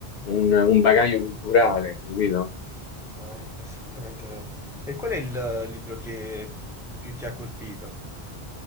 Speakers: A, on the left; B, in the centre.
A: un, un bagaglio culturale, capito?
B: dai, assolutamente vero. E qual è il eh, libro che più ti ha colpito?